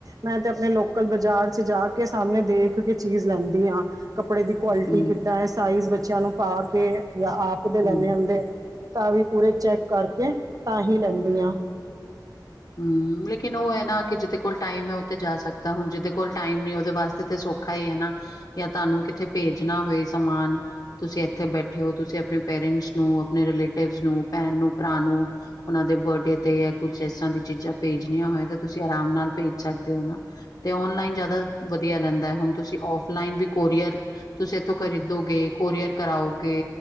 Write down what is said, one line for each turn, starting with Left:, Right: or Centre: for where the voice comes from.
Right: ਮੈਂ ਤੇ ਆਪਣੇ ਲੋਕਲ ਬਾਜ਼ਾਰ ਚ ਜਾ ਕੇ ਸਾਹਮਣੇ ਦੇਖ ਕੇ ਚੀਜ਼ ਲੈਂਦੀ ਹਾਂ <inaudible> ਕੱਪੜੇ ਦੀ ਕੁਆਲਿਟੀ
Left: ਹਮ
Right: ਕਿੱਦਾਂ ਹੈ ਸਾਈਜ਼ ਬੱਚਿਆਂ ਨੂੰ ਪਾ ਕੇ ਆਪ ਦੇ ਲੈਨੇ
Left: ਹਮ
Right: ਹੁੰਦੇ ਹੈ। ਤਾਂ ਵੀ ਪੂਰੇ ਚੈਕ ਕਰਕੇ ਤਾਂ ਹੀ ਲੈਂਦੀ ਹਾਂ।
Left: ਹਮ ਲੇਕਿਨ ਉਹ ਹੈ ਨਾ ਕਿ ਜਿਦੇ ਕੋਲ ਟਾਈਮ ਹੈ ਉਹ ਤੇ ਜਾ ਸਕ ਤਾਂ ਹੁਣ ਜਿਹਦੇ ਕੋਲ ਟਾਈਮ ਨੀ ਉਹਦੇ ਵਾਸਤੇ ਤੇ ਸੌਖਾ ਹੀ ਹੈ ਨਾ ਯਾ ਤਾਨੂੰ ਕਿੱਥੇ ਭੇਜਨਾ ਹੋਏ ਸਮਾਨ ਤੁਸੀਂ ਇੱਥੇ ਬੈਠੇ ਹੋ ਤੁਸੀਂ ਆਪਣੇ ਪੇਰੈਂਟਸ ਨੂੰ ਆਪਣੇ ਰਿਲੇਟਿਵਸ ਨੂੰ ਭੈਣ ਨੂੰ ਭਰਾ ਨੂੰ ਉਹਨਾਂ ਦੇ ਬਰਡੇ ਤੇ ਕੁਛ ਇਸ ਤਰ੍ਹਾਂ ਦੀ ਚੀਜ਼ਾਂ ਭੇਜਣੀਆਂ ਹੋ ਤੁਸੀਂ ਆਰਾਮ ਨਾਲ ਭੇਜ ਸਕਦੇ ਹੋ ਨਾ <inaudible> ਤੇ ਓਨਲਾਈਨ ਜਿਆਦਾ ਵਧੀਆ ਲੈਂਦਾ ਹੈ ਹੁਣ ਤੁਸੀਂ ਫਲਾਈਨ ਵੀ ਕੋਰੀਅਰ ਤੁਸੀਂ ਇੱਥੋਂ ਖਰੀਦੋਗੇ <inaudible> ਕੋਰੀਅਰ ਕਰਾਓਗੇ